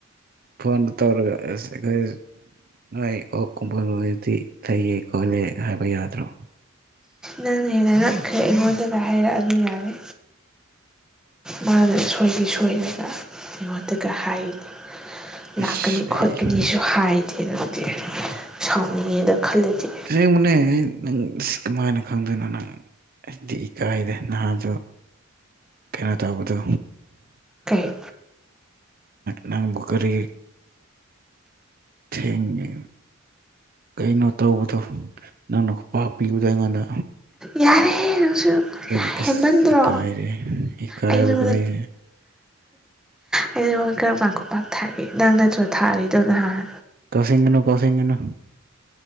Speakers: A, on the right; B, in the centre.
A: ꯐꯣꯟꯗ ꯇꯧꯔꯒ ꯑꯁ ꯑꯩꯈꯣꯏ ꯅꯣꯏ ꯑꯣꯛ ꯀꯨꯝꯕ ꯂꯣꯏꯔꯗꯤ ꯂꯩꯑꯦ ꯈꯣꯠꯂꯦ ꯍꯥꯏꯕ ꯌꯥꯗ꯭ꯔꯣ
B: ꯅꯪꯅ ꯍꯦꯟꯅ ꯉꯛꯈ꯭ꯔꯦ ꯑꯩꯉꯣꯟꯗꯒ ꯍꯥꯏꯔꯛꯑꯅꯨ ꯌꯥꯔꯦ ꯃꯥꯅ ꯁꯣꯏꯗꯤ ꯁꯣꯏꯔꯒ ꯑꯩꯉꯣꯟꯗꯒ ꯍꯥꯏꯔꯤꯅꯤ
A: ꯑꯁ
B: ꯂꯥꯛꯀꯅꯤ
A: ꯑꯩ
B: ꯈꯣꯠꯀꯅꯤꯁꯨ ꯍꯥꯏꯗꯦ ꯅꯪꯗꯤ ꯁꯥꯎꯅꯤꯡꯉꯦꯗ ꯈꯜꯂꯗꯤ
A: ꯑꯁꯦꯡꯕꯅꯦ ꯑꯩ ꯅꯪ ꯀꯃꯥꯏꯅꯥ ꯈꯪꯗꯨꯏꯅꯣ ꯅꯪ ꯑꯩ ꯊꯤ ꯏꯀꯥꯏꯔꯦ ꯅꯍꯥꯟꯁꯨ ꯀꯩꯅꯣ ꯇꯧꯕꯗꯣ
B: ꯀꯩ
A: ꯅꯪꯕꯨ ꯨꯀꯥꯔꯤ ꯊꯦꯡꯉꯦ ꯀꯩꯅꯣ ꯇꯧꯕꯗꯣ ꯅꯪꯅ ꯈꯨꯄꯥꯛ ꯄꯤꯕꯗꯣ ꯑꯩꯉꯣꯟꯗ
B: ꯌꯥꯔꯦ ꯅꯪꯁꯨ
A: ꯑꯗꯒꯤ ꯑꯁ
B: ꯍꯦꯟꯃꯟꯗ꯭ꯔꯣ
A: ꯏꯀꯥꯏꯔꯦ ꯏꯀꯥꯏꯕꯒ
B: ꯑꯩ ꯅꯉꯣꯟꯗ
A: ꯍꯥꯢꯌꯦ
B: ꯑꯩ ꯅꯉꯣꯟꯗ ꯀꯔꯝꯒꯥꯟꯗ ꯈꯨꯄꯥꯛ ꯊꯒꯦ ꯅꯪ ꯅꯠꯇ꯭ꯔꯣ ꯊꯥꯔꯤꯗꯣ ꯅꯍꯥꯜ
A: ꯇꯧꯁꯤꯟꯒꯅꯣ ꯇꯧꯁꯤꯟꯒꯅꯣ